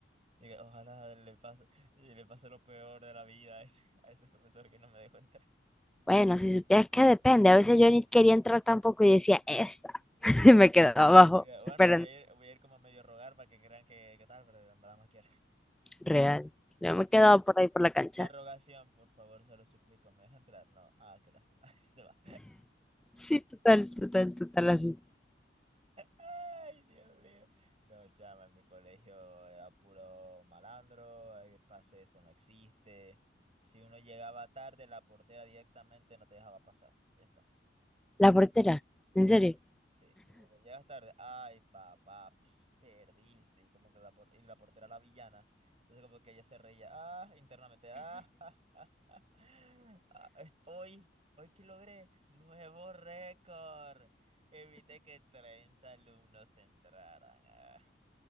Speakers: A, on the right; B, in the centre.
A: Diga, Ojalá le pase, le pase lo peor de la vida a ese, a ese profesor que no me dejó entrar.
B: Bueno, si supieras que depende, a veces yo ni quería entrar tampoco y decía, esa, <laughs> y me quedaba abajo,
A: Diga, Bueno,
B: esperando,
A: voy a ir, voy a ir como a medio rogar para que crean que, que tal, pero en verdad no quiero.
B: real. Yo me quedaba
A: Diga,
B: por ahí por la cancha.
A: La rogación, por favor, se lo suplico, ¿me deja entrar? No. Ah, qué lástima. <laughs> Se va.
B: Sí, total, total, total, así.
A: Ay, Dios mío. No, chama, en mi colegio era puro malandro, el pase eso no existe. Si uno llegaba tarde, la portera directamente no te dejaba pasar. Ya está.
B: La portera,
A: Sí.
B: en serio.
A: Sí, como que llegas tarde, ay papá, ps, perdiste, y como que la, por- y la portera la villana, entonces como que ella se reía, ah, internamente, ah, <laughs> ja, ja, ja, ah, es- hoy, hoy que logré, nuevo récord, evité que 30 alumnos entraran, ah".